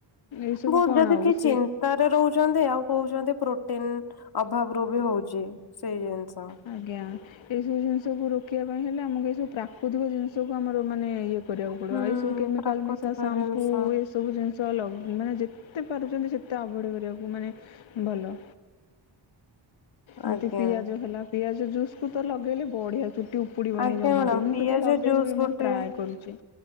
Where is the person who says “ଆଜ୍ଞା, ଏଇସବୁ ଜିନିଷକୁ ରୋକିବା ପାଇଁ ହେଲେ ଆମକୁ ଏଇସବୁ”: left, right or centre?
Left